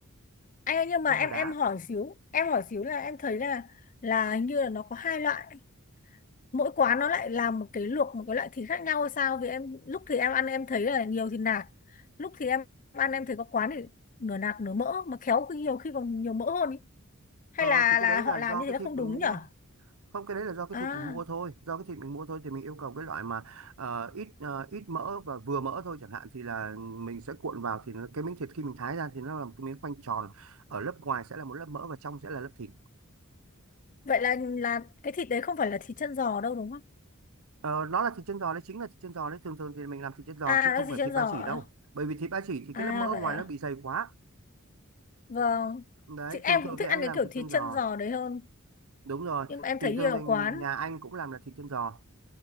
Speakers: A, on the left; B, on the right.
A: anh ơi nhưng mà
B: ngâm
A: em
B: vào đá
A: em hỏi xíu em hỏi xíu là em thấy là là hình như là nó có hai loại mỗi quán nó lại làm một cái luộc một cái loại thịt khác nhau hay sao vì em lúc thì em ăn em thấy là nhiều thịt nạc lúc thì em ăn em thấy có quán thì nửa nạc nửa mỡ mà khéo khi nhiều khi còn nhiều mỡ hơn ý. hay
B: ờ,
A: là
B: thì
A: là
B: cái đấy
A: họ
B: là
A: làm
B: do
A: như
B: cái
A: thế là
B: thịt
A: không
B: mình
A: đúng
B: mua
A: nhở
B: không cái đấy là do cái
A: à
B: thịt mình mua thôi do cái thịt mình mua thôi thì mình yêu cầu cái loại mà ờ, ít ờ, ít mỡ và vừa mỡ thôi chẳng hạn thì là mình sẽ cuộn vào thì nó, cái miếng thịt khi mình thái ra thì nó là một cái miếng khoanh tròn ở lớp ngoài sẽ là một lớp mỡ và trong sẽ là lớp thịt
A: vậy là là cái thịt đấy không phải là thịt chân giò đâu đúng không
B: Ờ, nó là thịt chân giò đấy chính là thịt chân giò đấy thường thường thì mình làm thịt chân giò
A: à
B: chứ
A: nó
B: không
A: là
B: phải
A: thịt chân
B: thịt ba
A: giò
B: chỉ
A: à
B: đâu bởi vì thịt ba chỉ thì cái
A: À,
B: lớp mỡ ở
A: vậy
B: ngoài
A: à
B: nó bị dày quá
A: vâng
B: đấy
A: chị em
B: thường thường
A: cũng thích
B: thì anh
A: ăn cái
B: làm
A: kiểu
B: thịt
A: thịt
B: chân giò
A: chân giò đấy hơn
B: đúng rồi
A: nhưng mà em
B: thì
A: thấy
B: thường
A: nhiều
B: thường
A: quán
B: nhà anh cũng làm là thịt chân giò